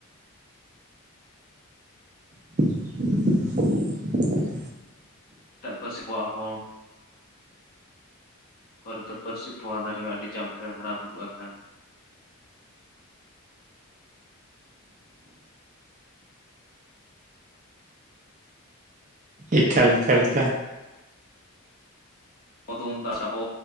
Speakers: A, on the right; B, on the left.
A: <inaudible>
B: ᱮᱴᱟᱜ ᱯᱟᱹᱨᱥᱤ ᱠᱚᱣᱟᱜ ᱦᱚᱸ ᱯᱚᱨᱮ ᱫᱚ ᱯᱟᱹᱨᱥᱤ ᱯᱚᱦᱟ ᱫᱟᱨᱮ ᱦᱚᱸ ᱟᱹᱰᱤ ᱡᱟᱢᱯᱷᱮᱲ ᱦᱟᱨᱟ ᱵᱩᱨᱩᱜ ᱟᱠᱟᱱ᱾
A: ᱮᱠᱟᱞ ᱞᱮᱠᱟ ᱞᱮᱠᱟ
B: ᱟᱫᱚᱢ ᱵᱟᱥ ᱟᱵᱚ